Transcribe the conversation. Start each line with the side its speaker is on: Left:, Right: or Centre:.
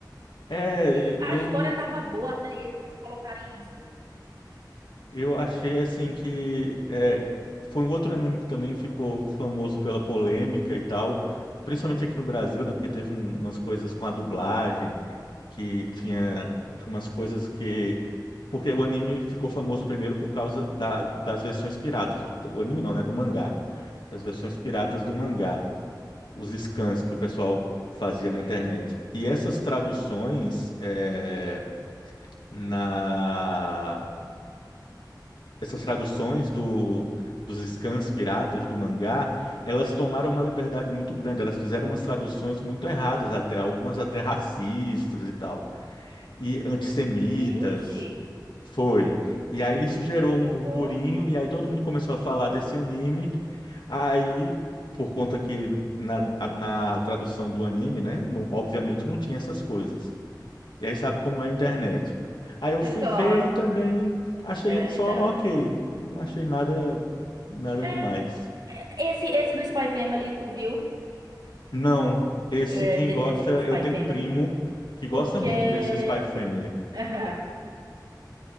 Left: É,
Right: E- A
Left: eu
Right: história tava boa até eles colocarem isso.
Left: Eu achei assim que é, foi um outro anime que também ficou famoso pela polêmica e tal, principalmente aqui no Brasil, né? Porque teve um- umas coisas com a dublagem, que tinha, tinha umas coisas que. Porque o anime ficou famoso primeiro por causa da- das versões piratas. O anime não, né? Do mangá. Das versões piratas do mangá. Os scans que o pessoal fazia
Right: Hum,
Left: na internet. E essas traduções. é, na essas traduções do, dos scans piratas, do mangá, elas tomaram uma liberdade muito grande. Elas fizeram umas traduções muito erradas até, algumas até racistas e tal, e antissemitas.
Right: vixe,
Left: Foi. E aí isso gerou um
Right: que horror.
Left: burburinho, e aí todo mundo começou a falar desse anime. Aí, por conta que na, na tradução do anime, né, não- obviamente não tinha essas coisas. E aí sabe como é a internet. Aí eu
Right: <laughs>
Left: fui
Right: Claro,
Left: ver e também
Right: né?
Left: achei
Right: É,
Left: só
Right: internet.
Left: ok. Não achei nada, nada
Right: É,
Left: demais.
Right: é, esse, esse do Spy Family, tu viu?
Left: Não, esse
Right: É,
Left: quem
Right: de-
Left: gosta,
Right: desse do Spy
Left: eu tenho
Right: Family?
Left: um primo que gosta
Right: Porque.
Left: muito desse Spy Family,
Right: <laughs>